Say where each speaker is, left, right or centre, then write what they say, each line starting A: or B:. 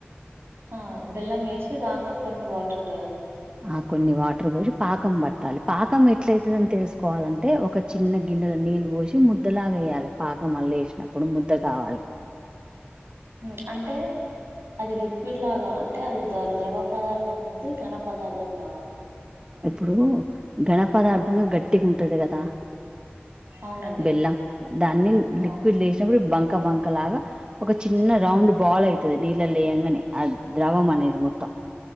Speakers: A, on the right; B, on the right.
A: ఆ బెల్లం ఏసి దాంట్లో కొన్ని వాటర్ బొయాల
B: ఆ కొన్ని వాటర్ బోసి పాకం బట్టాలి పాకం ఎట్లైతదన్ తెలుసుకోవాలంటే ఒక చిన్న గిన్నెలొ నీళ్లు బోషి ముద్దలాగా వేయాలి పాకం మళ్ల ఏసినప్పుడు ముద్ద కావాలి
A: ఉ అంటే అది లిక్విడ్ లాగా అంటే అది దారింద్రంగ పదార్థం ఉంది ఘన పదార్దం గావాలి
B: ఇప్పుడు గణపదార్దమే గట్టిగుంటది గదా
A: అవునండి
B: బెల్లం దాన్ని
A: అవును
B: లిక్విడ్లొ ఎసినప్పుడు బం క బంక లాగా ఒక చిన్న రౌండ్ బాలైతది నీళ్ళలో ఏయంగానే ఆ ద్రవం అనేది మొత్తం